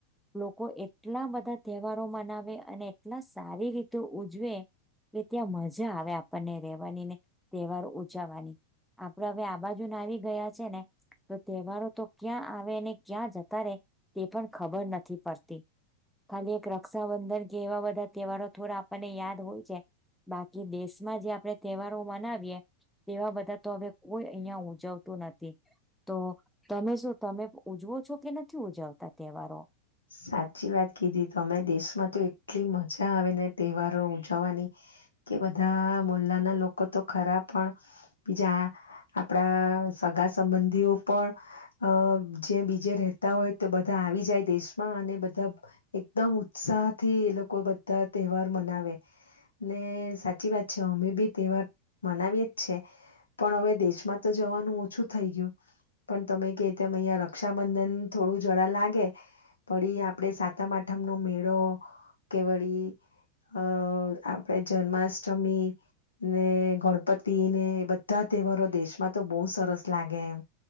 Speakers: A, in the centre; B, on the left.
A: લોકો એટલા બધા તહેવારો મનાવે અને એટલા સારી રીતે ઉજવે કે ત્યાં મજા આવે આપણને રેવાની ને તહેવાર ઉજવવાની. આપડે હવે આ બાજુ ના આવી ગયા છે ને તો તહેવારો તો ક્યાં આવેને ક્યાં જતા રે તે પણ ખબર નથી પડતી. ખાલી એક રક્ષાબંધન કે એવા બધા તહેવારો થોડા આપણને યાદ હોય બાકી દેશમાં જે આપડે તહેવારો મનાવીએ તેવા બધા તો હવે કોઈ અહિયાં ઉજવતું નથી તો તમે શું તમે ઉજવો છો કે નથી ઉજવતા તહેવારો?
B: સાચી વાત કીધી તમે દેશમાં તો એટલી મજા આવે ને તહેવારો ઉજવવાની કે બધા મોલ્લાના લોકો તો ખરા પણ બીજા આપણા સગા સંબંધીઓ પણ અ જે બીજે રેતા હોય તો બધા આવી જાય દેશ માં અને બધા એકદમ ઉત્સાહ થી એ લોકો બધા તહેવાર મનાવે ને સાચી વાત છે અમે બી તહેવાર મનાવીએ જ છે. પણ હવે દેશમાં તો જવાનું ઓછું થઈ ગયું પણ તમે કે તેમ અહિયાં રક્ષાબંધન થોડું જરા લાગે વળી આપડે સાતમ આઠમનો મેળો કે વળી અ આપણે જન્માષ્ટમી ને ગણપતિ ને બધા તહેવારો દેશમાં તો બહુ સરસ લાગે એમ